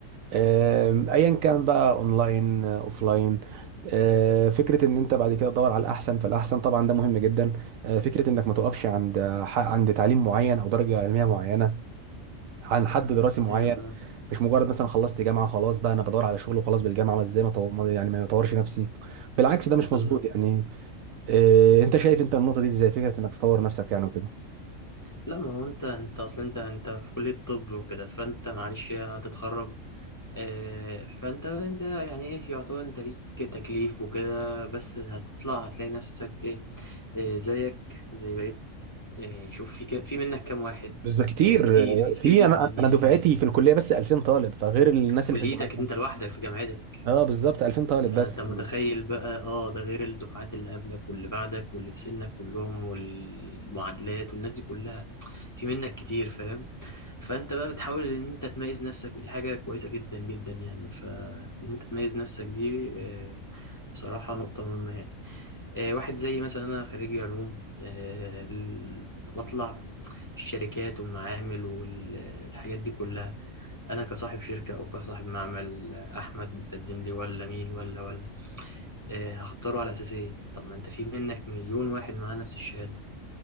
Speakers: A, on the right; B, on the left.
A: آم، ايا كان بقى اونلاين آه، اوفلاين آه، فكره ان انت بعد كده تدور على الاحسن فالاحسن طبعا ده مهم جدا آه، فكره انك ما توقفش عند آه، ح- عند تعليم معين او درجه علميه معينه عن حد دراسي معين
B: ايوه
A: مش مجرد مثلا خلصت جامعه خلاص بقى انا بدور على شغل وخلاص بالجامعه ما ازاي ما طو- ما- يعني ما اطورش نفسي بالعكس ده مش
B: بالظبط
A: مظبوط يعني إيه انت شايف انت النقطه دي ازاي فكره انك تطور نفسك يعني وكده
B: لا ما هو انت انت اصلا انت انت في كليه طب وكده فانت معلش هتتخرج إيه فانت انت يعني ايه يعتبر انت ليك تكليف وكده بس هتطلع هتلاقي نفسك ايه, إيه زيك زي بقيت إيه شوف في كام- في منك كام واحد
A: بالظبط كتير
B: إيه كتير
A: آه،
B: كتير
A: في
B: جدا
A: انا
B: يعني
A: انا دفعتي في الكليه بس 2000 طالب فغير الناس
B: في
A: اللي
B: كليتك
A: في الجامعات يعني.
B: انت لوحدك في جامعتك
A: اه بالظبط 2000 طالب
B: فانت
A: بس
B: متخيل بقى اه ده غير الدفعات اللي قبلك واللي بعدك واللي في سنك كلهم والمعادلات والناس دي كلها في منك كتير فاهم فانت بقى بتحاول ان انت تميز نفسك ودي حاجة كويسة جدا جدا يعني فان انت تميز نفسك دي آه، بصراحة نقطة مهمة يعني آه، واحد زي مثلا أنا خريجي علوم آه، ال- بطلع الشركات والمعامل والحاجات دي كلها أنا كصاحب شركة أو كصاحب معمل آه، أحمد متقدم لي ولا مين ولا ولا آه، هختاره على أساس إيه؟ طب ما أنت في منك مليون واحد معاه نفس الشهادة